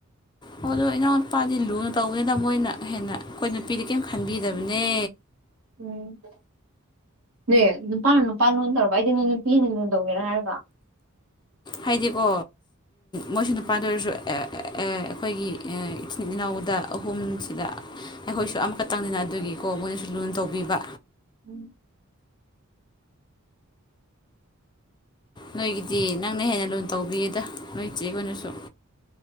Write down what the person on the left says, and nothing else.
ꯑꯣ ꯑꯗꯣ ꯏꯅꯥꯎꯅ ꯅꯨꯄꯥꯗꯤ ꯂꯨꯅ ꯇꯧꯕꯅꯤꯗ ꯃꯣꯏꯅ ꯍꯦꯟꯅ ꯑꯩꯈꯣꯏ ꯅꯨꯄꯤꯗꯤ ꯀꯔꯤꯝ ꯈꯟꯕꯤꯗꯕꯅꯦ
ꯍꯥꯏꯗꯤꯀꯣ ꯃꯣꯏꯁꯨ ꯅꯨꯄꯥꯗ ꯑꯣꯏꯔꯁꯨ ꯑꯩꯈꯣꯏꯒꯤ ꯏꯆꯤꯟ ꯏꯅꯥꯎꯗ ꯑꯍꯨꯝꯁꯤꯗ ꯑꯩꯈꯣꯏꯁꯨ ꯑꯃꯈꯛꯇꯪꯅꯤꯅ ꯑꯗꯨꯒꯤꯀꯣ ꯃꯣꯏꯅꯁꯨ ꯂꯨꯅꯥ ꯇꯧꯕꯤꯕ
ꯅꯣꯏꯒꯤꯗꯤ ꯅꯪꯅ ꯍꯦꯟꯅ ꯂꯨꯅ ꯇꯧꯕꯤꯌꯦꯗ ꯅꯣꯏ ꯆꯦ ꯍꫭꯏꯅꯁꯨ